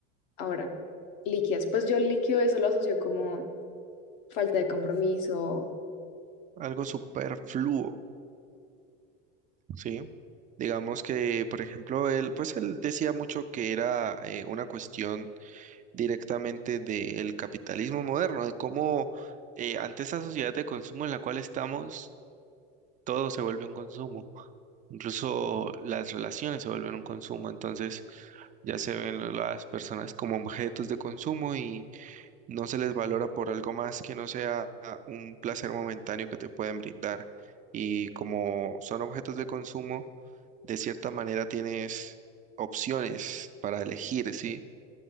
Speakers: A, on the left (about 70°); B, on the right (about 25°).
A: ahora líquidas? Pues yo líquido eso lo asocio como falta de compromiso,
B: Algo superfluo. Sí, digamos que, por ejemplo, él, pues él decía mucho que era eh, una cuestión directamente del capitalismo moderno, de cómo eh, ante esa sociedad de consumo en la cual estamos, todo se vuelve un consumo, incluso las relaciones se vuelven un consumo, entonces ya se ven las personas como objetos de consumo y no se les valora por algo más que no sea un placer momentáneo que te pueden brindar. Y como son objetos de consumo, de cierta manera tienes opciones para elegir, ¿sí?